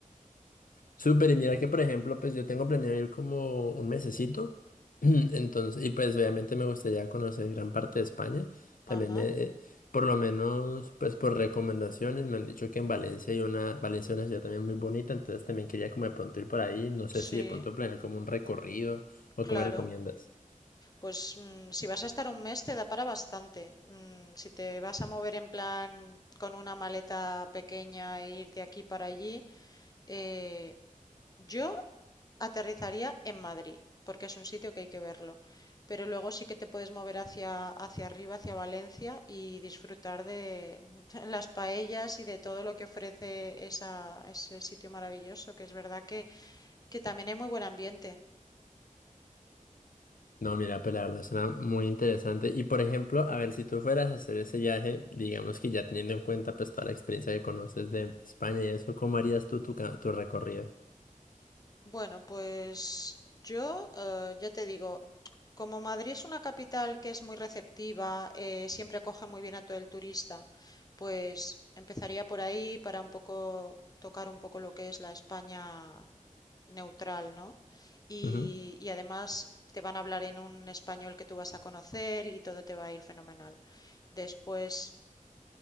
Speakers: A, on the left; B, on the left.
A: Súper, y mira que por ejemplo, pues yo tengo planeado ir como un mesecito, <clears throat> entonces, y pues obviamente me gustaría conocer gran parte de España, también
B: Ajá,
A: eh, eh, por lo menos, pues por recomendaciones, me han dicho que en Valencia hay una, Valencia es una ciudad también muy bonita, entonces también quería como de pronto ir por ahí, no sé
B: sí,
A: si de pronto planear como un recorrido o
B: claro.
A: cómo me recomiendas.
B: Pues mm, si vas a estar un mes te da para bastante. Mm, si te vas a mover en plan con una maleta pequeña e ir de aquí para allí, eh, yo aterrizaría en Madrid, porque es un sitio que hay que verlo. Pero luego sí que te puedes mover hacia, hacia arriba, hacia Valencia y disfrutar de <laughs> las paellas y de todo lo que ofrece esa, ese sitio maravilloso, que es verdad que, que también hay muy buen ambiente.
A: No, mira, pues la verdad suena muy interesante. Y por ejemplo, a ver, si tú fueras a hacer ese viaje, digamos que ya teniendo en cuenta pues toda la experiencia que conoces de España y eso, ¿cómo harías tú tu, ca- tu recorrido?
B: Bueno, pues yo eh, ya te digo, como Madrid es una capital que es muy receptiva, eh, siempre acoge muy bien a todo el turista, pues empezaría por ahí para un poco tocar un poco lo que es la España neutral, ¿no? Y,
A: Ujú.
B: y además te van a hablar en un español que tú vas a conocer y todo te va a ir fenomenal. Después